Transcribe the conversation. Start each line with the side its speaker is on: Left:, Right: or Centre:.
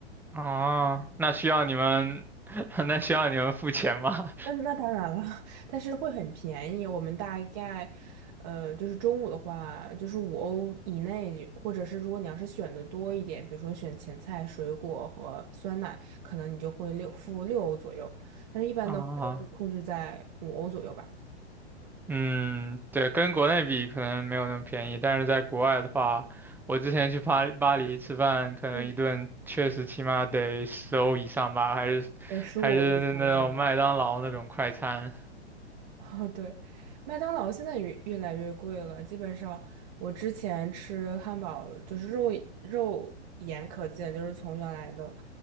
Centre: 啊，那需要你们，<laughs> 那需要你们付钱吗？
Right: 那那当然了，<laughs> 但是会很便宜。我们大概，呃，就是中午的话，就是五欧以内，或者是如果你要是选的多一点，比如说选前菜、水果和酸奶，可能你就会六付六欧左右。但是一般的话都会控制在五欧左右吧。
Centre: <laughs> 啊，嗯，对，跟国内比可能没有那么便宜，但是在国外的话，我之前去巴巴黎吃饭，可能一顿确实起码得十欧以上吧，
Right: 嗯，
Centre: 还是
Right: 得十五欧以上的尽
Centre: 还是那种麦当劳那种快餐，
Right: 哦，对，麦当劳现在越越来越贵了。基本上，我之前吃汉堡就是肉肉眼可见，就是从原来的